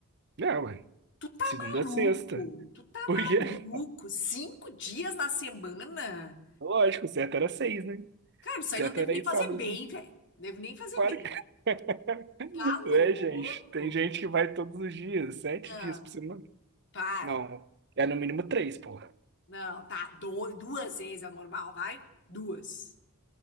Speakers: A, on the right (about 50°); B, on the left (about 55°).
A: Não, ué.
B: Tu tá
A: Segunda
B: maluco?
A: a sexta.
B: Tu tá
A: Por quê?
B: maluco? Cinco dias na semana?
A: Lógico, o certo era seis, né? O
B: Cara, isso aí
A: certo
B: não devo
A: era
B: nem
A: ir
B: fazer
A: sábado
B: bem,
A: também.
B: velho. Devo nem fazer
A: Claro
B: bem.
A: que <laughs> não
B: Tá louco?
A: é, gente. Tem gente que vai todos os dias, sete
B: Não,
A: dias por semana.
B: para.
A: Não, é no mínimo três, porra.
B: Não, tá. do- duas vezes é o normal, vai? Duas.